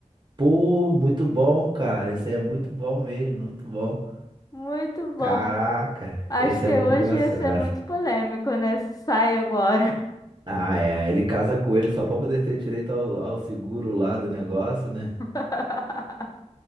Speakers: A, on the right; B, on the left.
A: Pô, muito bom, cara. Isso aí é muito bom mesmo, muito bom.
B: Muito bom.
A: Caraca,
B: Acho
A: esse
B: que
A: é muito
B: hoje
A: engraçado.
B: ia ser muito polêmico, né? Sai agora.
A: Ah, é. Ele casa com ele só pra poder ter direito ao, ao seguro lá do negócio, né?
B: <laughs>